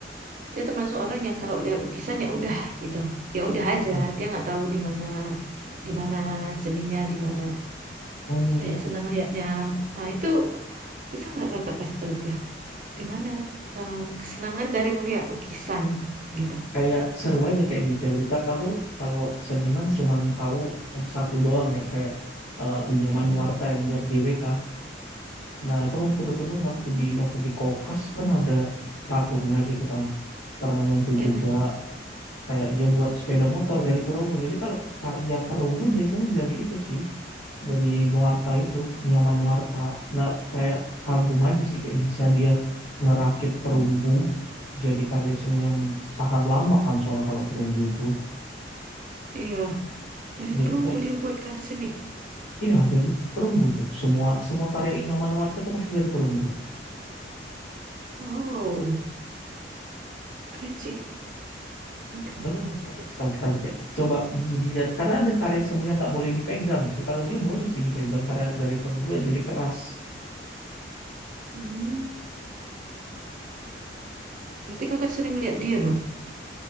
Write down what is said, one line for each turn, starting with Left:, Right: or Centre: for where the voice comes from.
Right: Dia termasuk orang yang kalau udah lukisan ya udah gitu, ya udah aja.
Left: Mm.
Right: Dia nggak tahu di mana, di mana seninya, di mana
Left: Oh,
Right: kayak senang liatnya. Nah itu bisa nggak kakak kasih tahu dia di mana eh, kesenangan dari melihat lukisan gitu?
Left: kayak seru aja kayak detail. Ta- Aku kalau seniman cuma tahu satu doang ya kayak eh, Inyoman
Right: Mm-mm.
Left: Nuarta yang buat GWK. Nah itu kan kebetulan waktu
Right: Oh.
Left: di aku di Kokas kan ada patungnya gitu kan. Pernah nyentuh
Right: Mm-mm.
Left: juga. Kayak dia buat sepeda motor dari perunggu. Jadi kalau karya perunggu biasanya dari itu sih, dari Nuarta itu,
Right: Oh.
Left: Nyoman Nuarta. Nggak kayak kagum aja sih kayak bisa dia ngerakit perunggu jadi karya seni yang tahan lama kan soalnya kalau perunggu itu.
Right: Iya, dari
Left: Jadi
Right: perunggu
Left: kayak
Right: dia buat karya seni.
Left: iya dari perunggu tuh semua semua karya Nyoman Nuarta itu pasti dari perunggu.
Right: Wow, keren sih, keren keren.
Left: Coba
Right: keren.
Left: deh, nanti sekali-sekali kayak coba dilihat karena ada karya seni yang nggak boleh dipegang sih. Kalau dia boleh sih dipegang karena dari perunggu ya jadi keras.
Right: Hmm. Berarti kakak sering lihat dia dong.